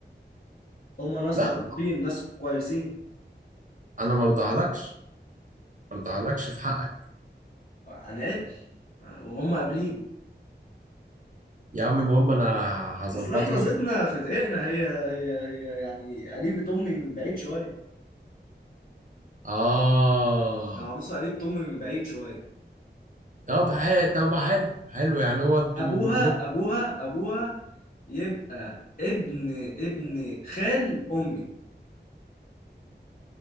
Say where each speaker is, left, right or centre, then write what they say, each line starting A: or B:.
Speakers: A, on the left; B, on the right.
A: هم ناس
B: لا
A: مبسوطين ناس كويسين
B: أنا ما ارضاهالكش ما ارضاهالكش في حقك
A: هنقابل وهم قابلين
B: يا عم المهم أنا هظبط
A: اصل احنا
B: لك
A: زيتنا في دقيقنا هي هي هي يعني قريبة امي من بعيد شويه
B: آه
A: العروسه قريبة امي من بعيد شويه
B: طب حلو طب حلو حلو يعني هو انتوا
A: ابوها
B: كلكم-
A: ابوها ابوها يبقى ابن ابن خال امي